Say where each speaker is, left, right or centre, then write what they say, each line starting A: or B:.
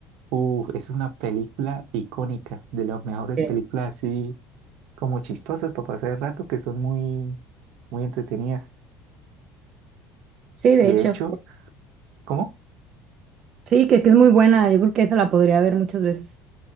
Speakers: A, on the right (about 65°); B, on the right (about 35°).
A: Uf, es una película icónica, de las mejores
B: Eh,
A: películas así como chistosas para pasar el rato, que son muy, muy entretenidas.
B: Sí, de
A: Y
B: hecho,
A: de hecho, ¿cómo?
B: Sí, que, que es muy buena. Yo creo que esa la podría ver muchas veces.